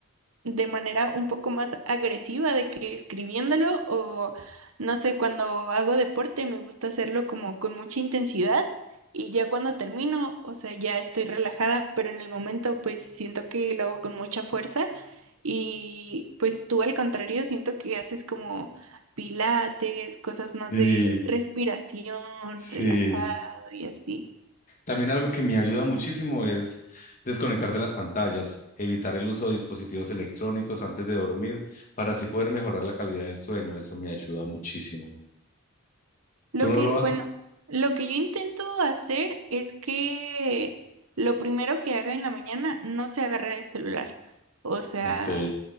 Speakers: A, on the right (about 75°); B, on the left (about 40°).
A: de manera un poco más agresiva de que escribiéndolo o no sé, cuando hago deporte me gusta hacerlo como con mucha intensidad y ya cuando termino, o sea, ya estoy relajada, pero en el momento pues siento que lo hago con mucha fuerza y pues tú al contrario siento que haces como pilates, cosas más
B: Sí,
A: de respiración,
B: sí.
A: relajado y así.
B: También algo que me ayuda muchísimo es desconectar de las pantallas, evitar el uso de dispositivos electrónicos antes de dormir para así poder mejorar la calidad del sueño. Eso me ayuda muchísimo.
A: Lo
B: ¿Tú no
A: que,
B: lo haces?
A: bueno, lo que yo intento hacer es que lo primero que haga en la mañana no sea agarrar el celular. O sea,
B: Ok,